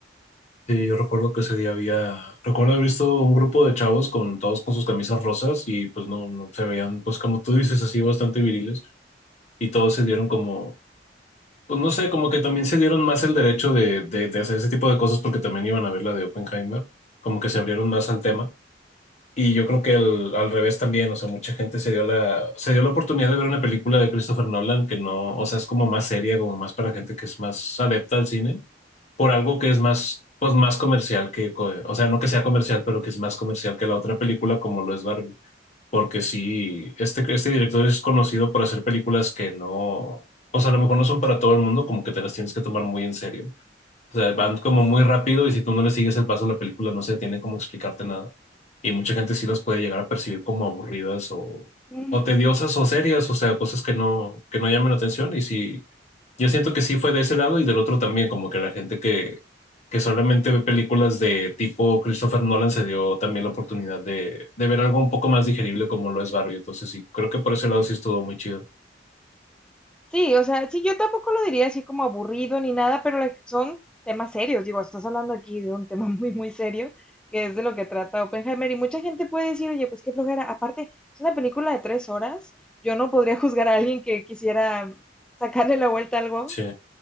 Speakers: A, on the left; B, in the centre.
A: Sí, yo recuerdo que ese día había, recuerdo haber visto un grupo de chavos con todos con sus camisas rosas y pues no, no se veían, pues como tú dices, así bastante viriles y todos se dieron como, pues no sé, como que también se dieron más el derecho de, de, de hacer ese tipo de cosas porque también iban a ver la de Oppenheimer, como que se abrieron más al tema. Y yo creo que al, al revés también, o sea, mucha gente se dio la, se dio la oportunidad de ver una película de Christopher Nolan que no, o sea, es como más seria, como más para gente que es más adepta al cine, por algo que es más, pues más comercial que, co- o sea, no que sea comercial, pero que es más comercial que la otra película como lo es Barbie. Porque sí, este, este director es conocido por hacer películas que no, o sea, a lo mejor no son para todo el mundo, como que te las tienes que tomar muy en serio. O sea, van como muy rápido y si tú no le sigues el paso, la película no se tiene como explicarte nada. Y mucha gente sí las puede llegar a percibir como aburridas o,
B: Ujú.
A: o tediosas o serias, o sea, cosas que no, que no llaman la atención. Y sí, yo siento que sí fue de ese lado y del otro también, como que la gente que, que solamente ve películas de tipo Christopher Nolan se dio también la oportunidad de, de ver algo un poco más digerible como lo es Barbie. Entonces sí, creo que por ese lado sí estuvo muy chido.
B: Sí, o sea, sí, yo tampoco lo diría así como aburrido ni nada, pero like, son temas serios. Digo, estás hablando aquí de un <laughs> tema muy, muy serio, que es de lo que trata Oppenheimer. Y mucha gente puede decir, oye, pues qué flojera. Aparte, es una película de tres horas. Yo no podría <laughs> juzgar a alguien que quisiera sacarle la vuelta a algo
A: Sí.